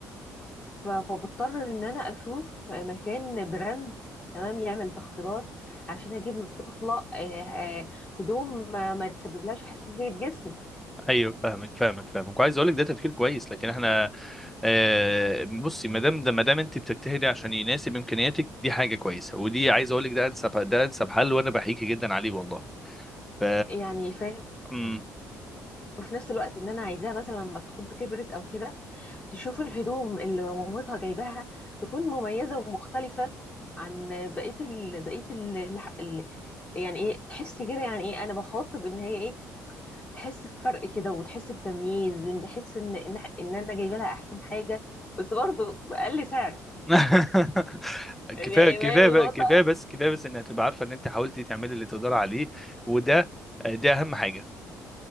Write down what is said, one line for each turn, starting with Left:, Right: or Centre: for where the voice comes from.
Left: ف- فبضطر ان انا اشوف مكان براند تمام يعمل تخفيضات عشان اجيب للطفله آه، آه، هدوم ما, ما تسببلهاش حساسيه جسم
Centre: ايوه فاهمك فاهمك فاهمك وعايز اقول لك ده تفكير كويس لكن احنا آه، بصي ما دام ده ما دام انت بتجتهدي عشان يناسب امكانياتك دي حاجه كويسه ودي عايز اقول لك ده انسب ده انسب حل وانا بحييكي جدا عليه والله ف
Left: يعني فاهم
Centre: أمم.
Left: وفي نفس الوقت ان انا عايزاها مثلا لما تكون كبرت او كده تشوف الهدوم اللي مامتها جايباها تكون مميزة ومختلفة عن بقية ال... بقية ال... الح- ال... يعني ايه تحسي كده يعني ايه انا بخاطب ان هي ايه تحس بفرق كده وتحس بتمييز وتحس ان ان ان انا جايبه لها احسن حاجة بس برضه بأقل سعر
Centre: <laughs>
Left: يعني
Centre: كفايه كفايه
Left: فاهم النقطة
Centre: بقى- كفايه بس كفايه بس انك تبقى عارفه ان انت حاولتي تعملي اللي تقدري عليه وده ده اهم حاجه